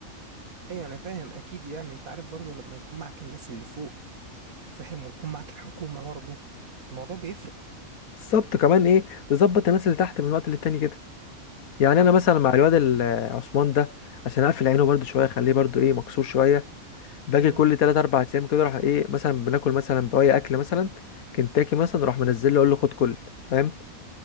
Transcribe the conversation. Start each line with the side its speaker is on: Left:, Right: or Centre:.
Right: ايوه انا فاهم اكيد يعني انت عارف برضو لما يكون معك الناس اللي فوق فاهم ويكون معك الحكومة برضو الموضوع بيفرق
Left: بالظبط كمان ايه تظبط الناس اللي تحت من وقت للتاني كده يعني انا مثلا
Right: طب
Left: مع
Right: ود...
Left: الواد ال- عثمان ده عشان اقفل عينه برده شويه اخليه برده ايه مكسور شويه باجي
Right: مم.
Left: كل 3 4 ايام كده اروح ايه مثلا بناكل مثلا بواقي اكل مثلا كنتاكي مثلا اروح منزل له اقول له خد كل فاهم